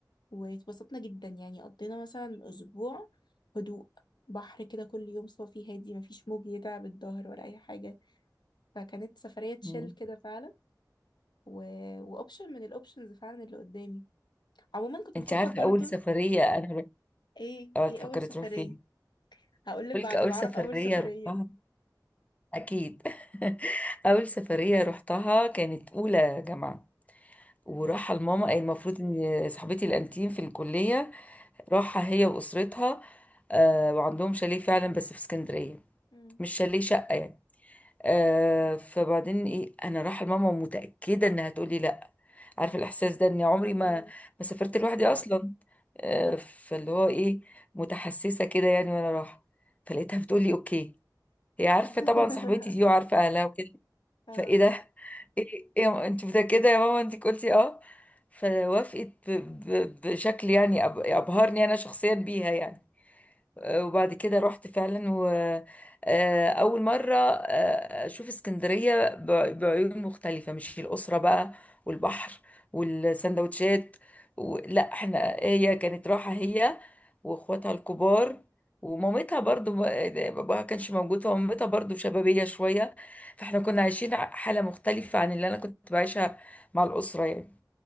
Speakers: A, on the left; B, on the left.
A: واتبسطنا جدا يعني قضينا مثلا أسبوع هدوء بحر كده كل يوم صافي هادي مفيش موج يتعب الظهر ولا أي حاجة فكانت سفرية تشيل
B: امم
A: كده فعلا و... وأوبشن من الأوبشنز فعلا اللي قدامي عموما كنت
B: انت
A: بفكر
B: عارفة
A: برضو
B: أول سفرية أنا رحت-
A: إيه
B: اه
A: إيه
B: تفكري
A: أول سفرية
B: تروح فين
A: هقولك
B: بقولك
A: بعد
B: أول
A: ما أعرف
B: سفرية
A: أول سفرية
B: رحتها أكيد <laughs> أول سفرية رحتها كانت أولى جامعة وراحة
A: مم.
B: لماما آه، المفروض ان صاحبتي الانتيم في الكلية راحة هي واسرتها آه، وعندهم شاليه فعلا بس في اسكندرية
A: مم.
B: مش شاليه شقة يعني آه، فبعدين ايه انا رايحة لماما ومتأكدة انها تقولي لا عارفة الاحساس ده اني عمري
A: مم.
B: ما ما سافرت لوحدي اصلا آه، فاللي هو ايه متحسسة كده يعني وانا رايحة فلقيتها بتقولي اوكي هي عارفة
A: <laughs>
B: طبعا صاحبتي دي وعارفة اهلها وكده
A: اه
B: فايه ده ايه ايه انت متأكدة يا ماما انت قلتي اه فوافقت ب- ب- بشكل يعني أب- ابهرني انا شخصيا بيها يعني آه، وبعد كده رحت فعلا وأول مرة آه، أشوف اسكندرية ب- بعيون مختلفة مش الأسرة بقى والبحر والسندوتشات و... لا احنا هي كانت راحة هي وإخواتها الكبار ومامتها برضو ما- باباها كانش موجود فمامتها برضو شبابية شوية فاحنا كنا عايشين ع- حالة مختلفة عن اللي أنا كنت بعيشها مع الأسرة يعني